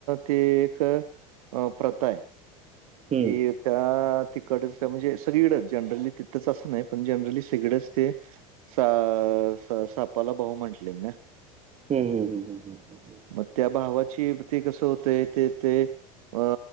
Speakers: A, on the right; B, on the right.
A: ते एक अ प्रथा हाय
B: हं.
A: की त्या तिकडेच म्हणजे सगळंकडे जनरली तिथंच असं नाही पण जनरली सगळंच ते सा स सापाला भाऊ म्हटलेल ना
B: हम् हम् ह् हम हम हम ह
A: मग त्या भावाची ती कस होतय ते ते अ